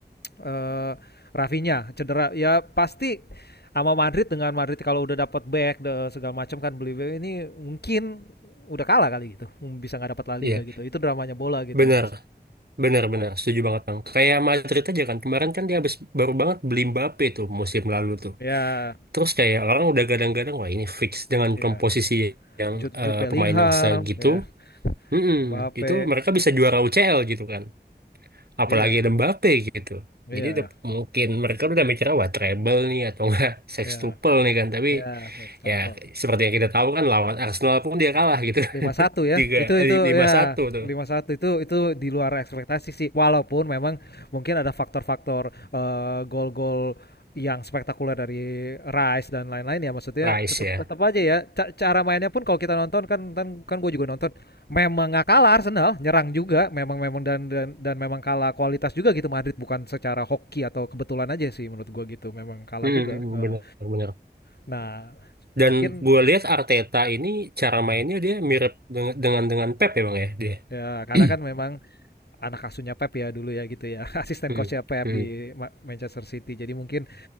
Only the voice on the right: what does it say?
Iya,
benar.
Benar-benar, setuju banget Bang. Kayak Madrid aja kan, kemarin kan dia habis baru banget beli Mbappe tuh musim lalu tuh.
Terus kayak orang udah gadang-gadang, wah ini fix dengan
komposisi yang
eh,
pemain yang segitu,
mm
itu mereka bisa juara UCL gitu kan. Apalagi
ada Mbappe gitu.
Jadi udah, mungkin mereka udah mikirnya, wah treble nih atau enggak <laughs> sextuple
nih kan. Tapi
ya seperti yang kita tahu kan lawan Arsenal pun dia kalah gitu. <laughs>
Tiga,
eh, lima
satu tuh,
Rice
ya.
Mm-mm,
benar-benar.
Dan gue lihat Arteta ini cara mainnya dia mirip dengan dengan, dengan Pep ya bang ya dia.
<clears throat>
Hmm,
hmm,